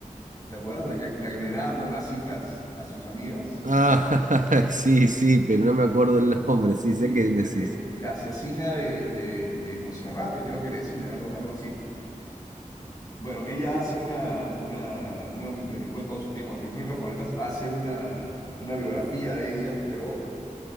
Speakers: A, on the left; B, on the right.
A: ¿Te acuerdas? La que, la que envenenaba con masitas a sus amigas.
B: Ah, <laughs> sí, sí, pero no me acuerdo el nombre. Sí,
A: Sí,
B: sé qué decís.
A: eh, eh, la asesina de, de, de Monserrate, creo que le decían, algo, algo así. Bueno, ella hace una, una, uno de mis cuentos, digamos, de mis crónicas favoritas, hace una, una biografía de ella, pero